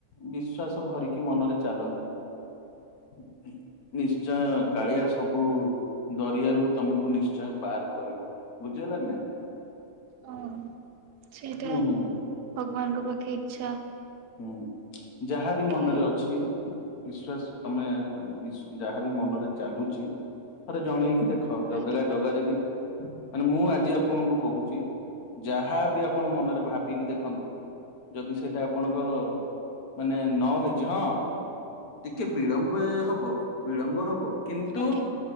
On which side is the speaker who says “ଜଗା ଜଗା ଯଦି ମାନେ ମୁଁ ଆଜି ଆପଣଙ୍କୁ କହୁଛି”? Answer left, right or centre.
Left